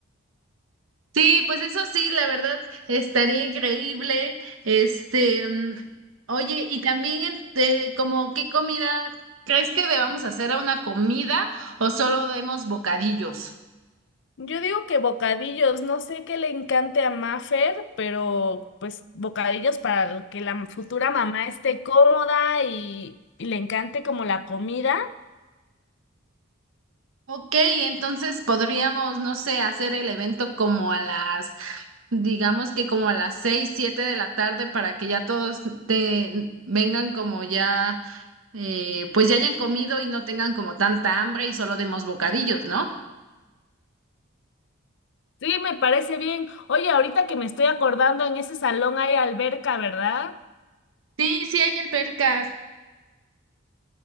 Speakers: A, on the right; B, on the left.
A: Sí, pues eso sí, la verdad, estaría increíble. Este, mm, oye, y también, este, como, ¿qué comida crees que debamos hacer a una comida o solo demos bocadillos?
B: Yo digo que bocadillos, no sé qué le encante a Mafer, pero pues bocadillos para que la futura mamá esté cómoda y, y le encante como la comida.
A: Ok, entonces podríamos, no sé, hacer el evento como a las, digamos que como a las seis, siete de la tarde para que ya todos te vengan como ya, eh, pues ya hayan comido y no tengan como tanta hambre y solo demos bocadillos, ¿no?
B: Sí, me parece bien. Oye, ahorita que me estoy acordando, en ese salón hay alberca, ¿verdad?
A: Sí, sí hay albercas.